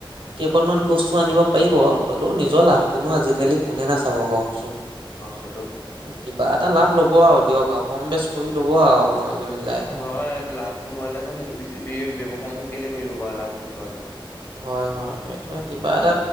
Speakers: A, on the right; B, on the left.
A: কেইপদমান বস্তু আনিব পাৰিব। হ'লেও নিজৰ লাভটোনো আজিকালি কোনে নাচাব কওঁকচোন।
B: অহ।
A: কিবা এটা লাভ ল'ব আৰু দিয়ক আৰু কম বেচ কৰি ল'ব আৰু আপোনালোকে মিলাই।
B: হয় লাভ নোহোৱালেনো সেইটো ব্যৱসায়নো কেলে কৰিব বাৰু লাভ নোপোৱাকে
A: হয়, হয় এইটোয়ে কিবা
B: হয়
A: এটা